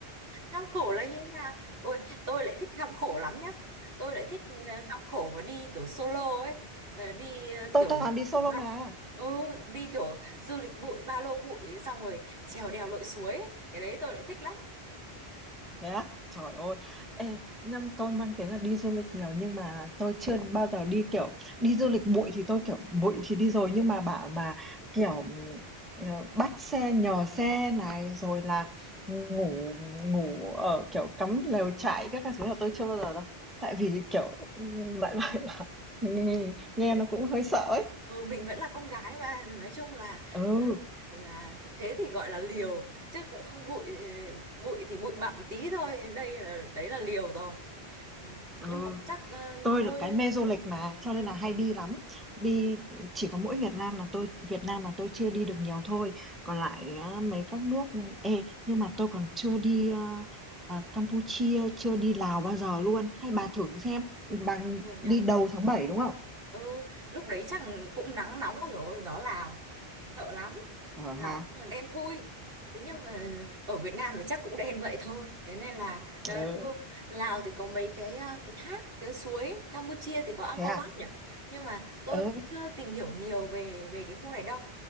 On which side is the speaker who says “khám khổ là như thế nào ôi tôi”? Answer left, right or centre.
Right